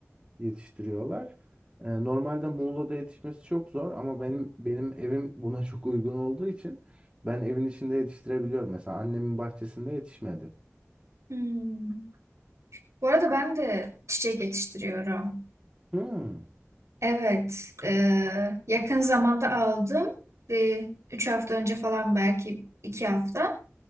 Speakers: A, on the right (about 20°); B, on the right (about 70°).
A: yetiştiriyorlar. Ee, normalde Muğla'da yetişmesi çok zor ama benim benim evim buna çok uygun olduğu için ben evin içinde yetiştirebiliyorum. Mesela annemin bahçesinde yetişmedi.
B: Hmm. Bu arada ben de çiçek yetiştiriyorum.
A: Hmm.
B: Evet, e, yakın zamanda aldım. Bir, üç hafta önce falan belki iki hafta